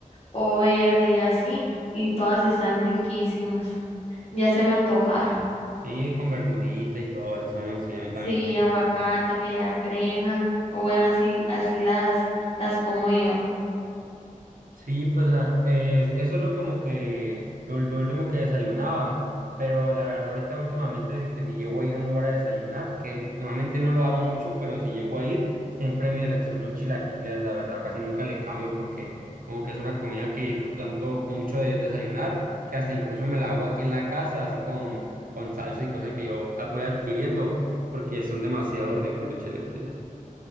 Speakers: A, on the left; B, on the right.
A: o verde y así, y todas están riquísimas. Ya se me antojaron.
B: Sí, con verdurita y todo eso, ¿no? Sí, a mí también.
A: Sí, aguacate, media crema, o bueno, así, así las, las como yo.
B: Sí, pues a- es- eso es lo como que lo, lo último que desayunaba, pero la verdad ahorita últimamente que si llego a ir a un lugar a desayunar, que normalmente no lo hago mucho, pero si llego a ir, siempre mi elección son chilaquiles, la verdad, casi nunca le cambio porque como que es una comida que disfruto tanto mucho de desayunar, que hasta incluso me la hago aquí en la casa, así con, con salsa y cosas que yo ah, voy adquiriendo, porque son demasiado ricos los chilaquiles.